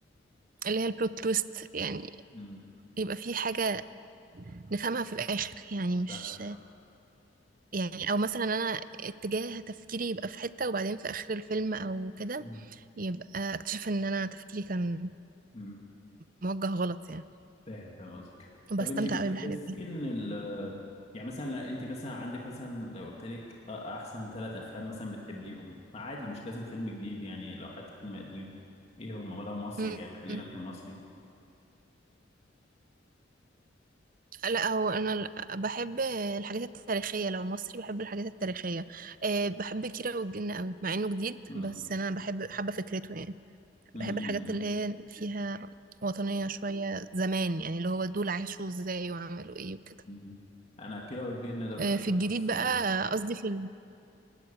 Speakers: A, on the right; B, on the left.
A: اللي هي البلوت تويست يعني
B: امم
A: يبقى في حاجة نفهمها في الآخر يعني مش
B: فاهمك
A: يعني او مثلا انا اتجاه تفكيري يبقى في حتة وبعدين في اخر الفيلم او كده
B: مم.
A: يبقى اكتشف ان انا تفكيري كان
B: مم.
A: موجه غلط يعني
B: فاهم فاهم قصدك طب
A: بستمتع
B: انت بتحسي
A: قوي بالحاجات دي
B: ان ال يعني مثلا لا انت مثلا عندك مثلا لو قلت لك احسن ثلاث افلام مثلا بتحبيهم عادي مش لازم فيلم جديد يعني لو حتى فيلم قديم ايه هم لو مصري
A: م-
B: يعني خلينا
A: م.
B: في المصري
A: لا هو انا ال- بحب الحاجات التاريخية لو مصري بحب الحاجات التاريخية أه، بحب كيرة والجن قوي مع انه جديد
B: مم.
A: بس انا بحب حابة فكرته يعني
B: مم.
A: بحب الحاجات
B: مم. مم.
A: اللي هي فيها وطنية شوية زمان يعني اللي هو دول عاشوا ازاي وعملوا ايه وكده
B: مم. انا كده والجن ده كنت
A: أه،
B: شفته
A: في الجديد
B: في السينما
A: بقى آه، قصدي في